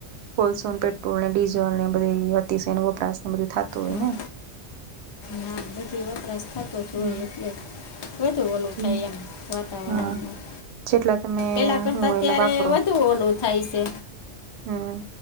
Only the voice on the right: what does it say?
<unintelligible> કો પેટ્રોલ ને ડીઝલ ને બધી અતિશ વપરાશ ને બધું થતું હોય
ને
હા
જી
હા જેટલા તમે
હું એટલે
વાપરો
હમ